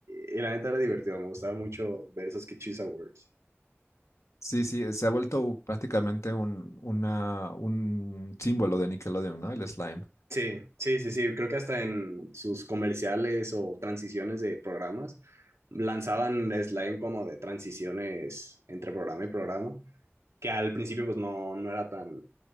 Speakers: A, on the right; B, on the left.
A: y la neta era divertido. Me gustaba mucho ver esos Kid Choice Awards.
B: Sí, sí, se ha vuelto prácticamente un, una, un símbolo de Nickelodeon, ¿no? El slime.
A: Sí, sí, sí, sí. Creo que hasta en sus comerciales o transiciones de programas lanzaban slime como de transiciones entre programa y programa, que al principio pues no, no era tan